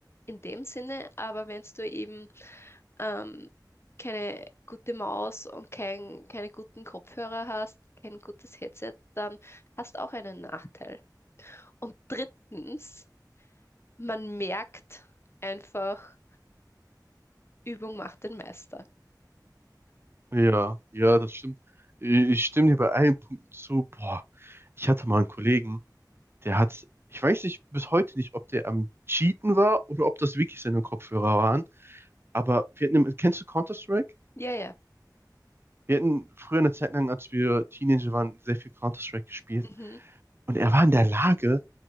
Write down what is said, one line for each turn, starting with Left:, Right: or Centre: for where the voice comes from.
Left: in dem Sinne, aber wenn du eben ähm, keine gute Maus und kein, keine guten Kopfhörer hast, kein gutes Headset, dann hast du auch einen Nachteil. Und drittens, man merkt einfach, Übung macht den Meister.
Right: Ja, ja, das stimmt. Ich stimme dir bei allen Punkten zu. Boah, ich hatte mal einen Kollegen, Der hat, ich weiß nicht bis heute nicht, ob der am Cheaten war oder ob das wirklich seine Kopfhörer waren. Aber wir hatten, im- kennst du Counter-Strike?
Left: Ja, ja.
Right: Wir hatten früher eine Zeit lang, als wir Teenager waren, sehr viel Counter-Strike gespielt.
Left: Mhm.
Right: Und er war in der Lage,